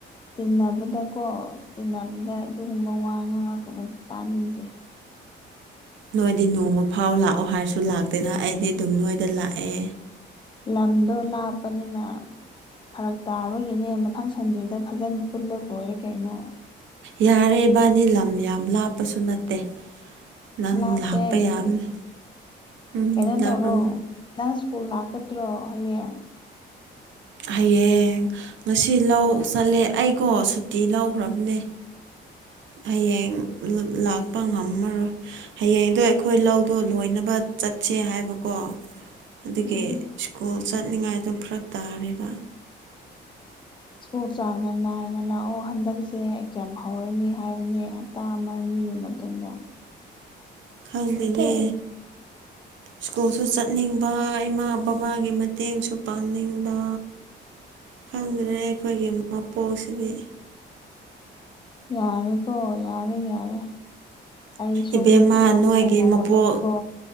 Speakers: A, on the left; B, on the right.
A: ꯇꯤꯟꯅꯕꯗꯀꯣ ꯇꯤꯟꯅꯕꯗ ꯑꯗꯨꯒꯨꯝꯕ ꯋꯥ ꯉꯥꯡ ꯀꯩꯅꯣ ꯇꯥꯅꯤꯡꯗꯦ
B: ꯅꯣꯏꯗꯤ ꯅꯣꯡꯃ ꯐꯥꯎ ꯂꯥꯛꯑꯣ ꯍꯥꯏꯔꯁꯨ ꯂꯥꯛꯇꯦꯅ ꯑꯩꯗꯤ ꯑꯗꯨꯝ ꯅꯣꯏꯗ ꯂꯥꯛꯑꯦ
A: ꯂꯝꯗꯣ ꯂꯥꯞꯄꯅꯤꯅ ꯐꯔꯛ ꯇꯥꯕꯒꯤꯅꯦ ꯃꯊꯪ ꯁꯟꯗꯦꯗ ꯐꯖꯅ ꯄꯨꯜꯂ ꯂꯣꯏꯔꯦ ꯀꯩꯅꯣ
B: ꯌꯥꯔꯦ ꯏꯕꯥꯅꯤ ꯂꯝ ꯌꯥꯝ ꯂꯥꯞꯄꯁꯨ ꯅꯠꯇꯦ ꯅꯪ
A: ꯂꯥꯞꯄ
B: ꯂꯥꯛꯄ
A: ꯑꯩꯒꯤꯗꯤ
B: ꯌꯥꯕꯅꯦ ꯎꯝ
A: ꯀꯩꯅꯣ
B: ꯂꯥꯞꯄ꯭ꯔ
A: ꯇꯧꯔꯣ ꯁꯀꯣꯜ ꯂꯥꯛꯀꯗ꯭ꯔꯣ ꯍꯌꯦꯡ
B: ꯍꯌꯦꯡ ꯉꯁꯤ ꯂꯧ ꯆꯠꯂꯦ ꯑꯩꯀꯣ ꯁꯨꯇꯤ ꯂꯧꯈ꯭ꯔꯕꯅꯦ ꯍꯌꯦꯡ ꯂꯥꯛꯄ ꯉꯝꯃꯔꯣꯏ ꯍꯌꯦꯡꯗꯣ ꯑꯩꯈꯣꯏ ꯂꯧꯗꯣ ꯂꯣꯏꯅꯕ ꯆꯠꯁꯦ ꯍꯥꯏꯕꯀꯣ ꯑꯗꯨꯗꯒꯤ
A: ꯎꯝ
B: ꯁ꯭ꯀꯨꯜ ꯆꯠꯅꯤꯡꯉꯥꯏꯗꯣ ꯐꯔꯛ ꯇꯥꯔꯦꯔꯤꯕ
A: ꯁ꯭ꯀꯨꯜ ꯆꯥꯡꯅ ꯅꯥꯏꯅ ꯂꯥꯛꯑꯣ ꯍꯟꯗꯛꯁꯦ ꯑꯦꯛꯖꯥꯝ ꯍꯧꯔꯅꯤ ꯍꯥꯏꯕꯅꯦ ꯍꯞꯇꯥ ꯑꯃ ꯑꯅꯤ ꯃꯤ ꯃꯇꯨꯡꯗ
B: ꯈꯪꯗꯅꯦ ꯁ꯭ꯀꯨꯜꯁꯨ ꯆꯠꯅꯤꯡꯕ ꯏꯃꯥ ꯕꯕꯥꯒꯤ ꯃꯇꯦꯡꯁꯨ ꯄꯥꯡꯅꯤꯡꯕ ꯈꯪꯗꯦ ꯑꯩꯈꯣꯏꯒꯤ ꯃꯄꯣꯛꯁꯤꯗꯤ
A: ꯌꯥꯔꯦꯀꯣ ꯌꯥꯔꯦ ꯌꯥꯔꯦ ꯑꯩ ꯁꯨꯝ
B: ꯏꯕꯦꯝꯃ
A: ꯋꯥꯔꯤ
B: ꯅꯣꯏꯒꯤ
A: ꯁꯥꯟꯅꯔꯕꯗꯀꯣ
B: ꯃꯄꯣꯛ